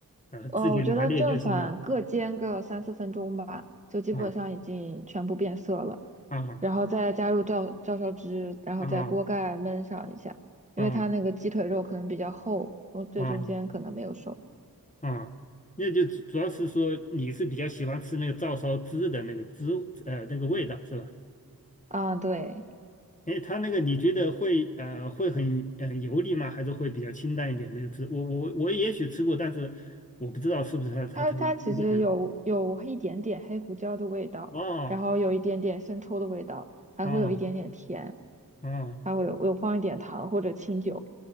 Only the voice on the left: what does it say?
呃自己拿捏就行了？
啊啊
啊啊啊！
哦啊，那就主主要是说你是比较喜欢吃那个照烧汁的那个汁呃那个味道是吧？
哎，它那个你觉得会呃会很呃油腻吗？还是会比较清淡一点那个汁？我我我也许吃过，但是我不知道是不是它它它有点嗯
哦
哦哦